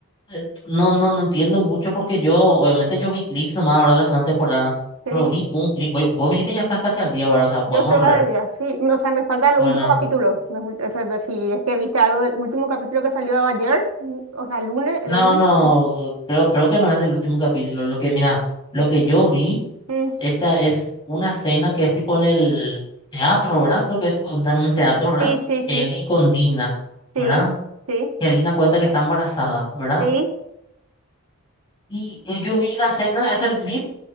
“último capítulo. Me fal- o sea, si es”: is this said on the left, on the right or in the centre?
Right